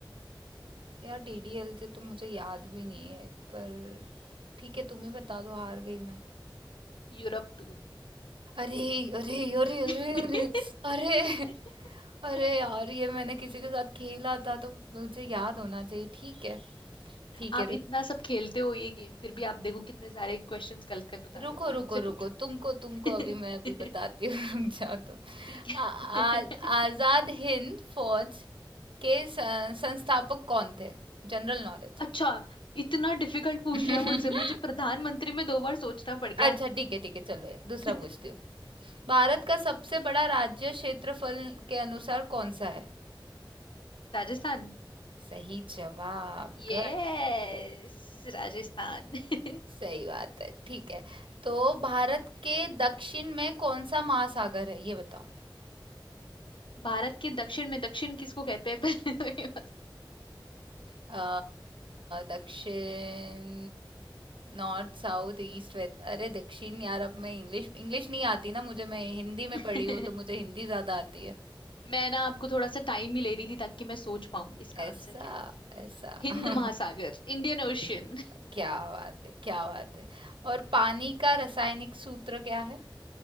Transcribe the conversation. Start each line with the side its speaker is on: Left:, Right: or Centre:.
Right: यार डीडीएल से तो मुझे याद भी नहीं है पर ठीक है तुम ही बता दो हार गई मैं
Left: Europe tour
Right: अरे अरे अरे अरे
Left: <laughs>
Right: अरे अरे अरे यार ये मैंने किसी के साथ खेला था तो मुझे याद होना चाहिए ठीक है ठीक
Left: आप
Right: है
Left: इतना सब खेलते हो ये गेम फिर भी आप देखो कितने सारे क्वेश्चंस गलत गलत बता
Right: रुको
Left: रहे हो अब मुझसे
Right: रुको रुको
Left: पूछो
Right: तुमको तुमको
Left: <laughs>
Right: अभी मैं अभी बताती हूँ <laughs> रुक जाओ तुम
Left: ठीक है
Right: आ, आ, आजाद
Left: <laughs>
Right: हिंद फौज के स- संस्थापक कौन थे जनरल नॉलेज
Left: अच्छा इतना डिफिकल्ट पूछ
Right: है
Left: लिया मुझसे
Right: <laughs>
Left: मुझे प्रधानमंत्री में दो बार सोचना पड़ गया
Right: अच्छा ठीक है ठीक है चलो
Left: <laughs>
Right: दूसरा पूछती हूँ भारत
Left: हम्म,
Right: का सबसे बड़ा राज्य क्षेत्रफल के अनुसार कौन सा है
Left: राजस्थान
Right: सही जवाब
Left: यस
Right: गुड
Left: राजस्थान <laughs>
Right: सही बात है ठीक है तो भारत के दक्षिण में कौन सा महासागर है ये बताओ
Left: भारत के दक्षिण में दक्षिण किसको कहते हैं <laughs> पहले तो ये
Right: अ, दक्षिण नॉर्थ साउथ ईस्ट वेस्ट अरे दक्षिण यार अब मैं इंग्लिश इंग्लिश नहीं आती ना मुझे मैं हिंदी
Left: बताओ
Right: में पढ़ी हूँ तो मुझे हिंदी ज्यादा आती है
Left: <laughs> मैं ना आपको थोड़ा सा टाइम ही ले रही थी ताकि मैं सोच पाऊं इसका
Right: ऐसा
Left: आंसर क्या है
Right: ऐसा
Left: हिंद
Right: <laughs>
Left: महासागर इंडियन ओशियन
Right: क्या बात है क्या बात है और पानी का रासायनिक सूत्र क्या है